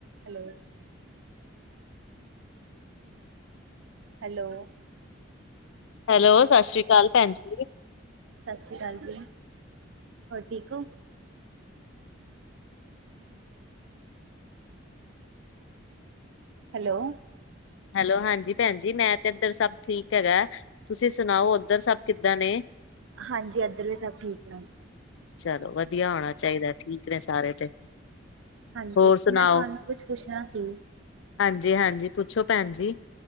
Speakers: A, on the right; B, on the left.
A: Hello. Hello.
B: Hello, ਸਤਿ ਸ਼੍ਰੀ ਕਾਲ ਭੈਣ ਜੀ।
A: ਸਤਿ ਸ਼੍ਰੀ ਕਾਲ ਜੀ, ਹੋਰ ਠੀਕ ਓ?
B: <unintelligible>
A: ਹੈਲੋ।
B: ਹੈਲੋ, ਹਾਂਜੀ ਭੈਣ ਜੀ ਮੈਂ ਤੇ ਏਧਰ ਸਭ ਠੀਕ ਹੈਗੈ, ਤੁਸੀਂ ਸੁਣਾਓ ਓਧਰ ਸਭ ਕਿੱਦਾਂ ਨੇ?
A: ਹਾਂਜੀ, ਐਧਰ ਵੀ ਸਭ ਠੀਕ ਨੇ।
B: ਚਲੋ ਵਧੀਆ ਹੋਣਾ ਚਾਈਦੈ, ਠੀਕ ਨੇ ਸਾਰੇ ਤੇ।
A: ਹਾਂਜੀ
B: ਹੋਰ ਸੁਣਾਓ,
A: ਮੈਂ ਤੁਹਾਨੂੰ ਕੁਛ ਪੁੱਛਣਾ ਸੀ।
B: ਹਾਂਜੀ-ਹਾਂਜੀ ਪੁੱਛੋ ਭੈਣ ਜੀ?